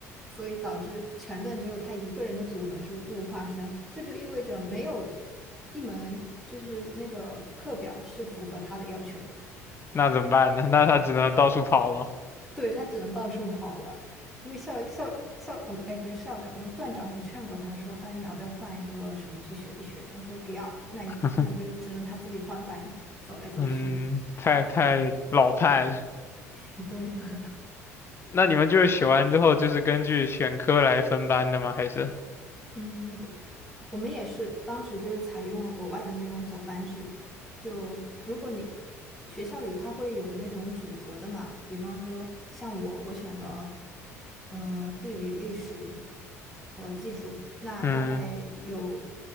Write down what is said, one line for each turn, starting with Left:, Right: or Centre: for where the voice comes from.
Centre: 所以导致全段只有他一个人的组合是物化生，这就意味着没有一门就是那个课表是符合他的要求的，
Left: 那怎么办呢？那他只能到处跑了。
Centre: 对，他只能到处跑了。因为校校校我们哎不是校长，我们段长也劝过他说，哎你要不要换一个什么去学一学？他就不要，那你那就只能他自己换班走来走去。
Left: <laughs> 嗯，太太老派了。
Centre: <laughs> 对的，
Left: 那你们就是学完之后就是根据选科来分班的吗？还是？
Centre: <laughs> 嗯，我们也是当时就是采用了国外的那种走班制，就如果你学校里它会有那种组合的嘛，比方说像我，我选了呃地理、历史和技术，那大概有
Left: 嗯。